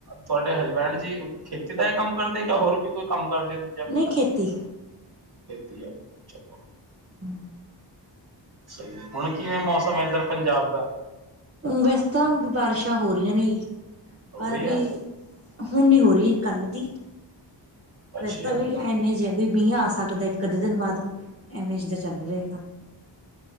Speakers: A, on the right; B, on the right.
A: ਤੁਹਾਡੇ ਹਸਬੈਂਡ ਜੀ, ਖੇਤੀ ਦਾ ਕੰਮ ਕਰਦੇ ਜਾਂ ਹੋਰ ਵੀ ਕੋਈ ਕੰਮ ਕਰਦੇ? ਦੂਜਾ ਕੋਈ
B: ਨਈ ਖੇਤੀ,
A: ਖੇਤੀ ਐ ਚਲੋ।
B: ਹੂੰ,
A: ਸਹੀ ਹੁਣ ਕਿਵੇਂ ਐ ਮੌਸਮ ਇੱਧਰ ਪੰਜਾਬ ਦਾ?
B: ਵੈਸੇ ਤਾਂ ਬਾਰਿਸ਼ਾਂ ਹੋ ਰੀਆਂ ਨੇ ਜੀ
A: ਹੋ
B: ਪਰ
A: ਰਹੀ
B: ਵੀ
A: ਹੈ
B: ਹੁਣ ਨੀ ਹੋ ਰੀ ਕੱਲ ਦੀ,
A: ਅੱਛਾ
B: ਵੈਸ ਤਾਂ ਵੀ ਐਵੇਂ ਜੇ ਵੀ ਮੀਂਹ ਆ ਸਕਦਾ ਇੱਕ ਅੱਧੇ ਦਿਨ ਬਾਦ, ਐਵੇਂ ਜੇ ਦਾ ਚੱਲ ਰਿਹਾਗਾ।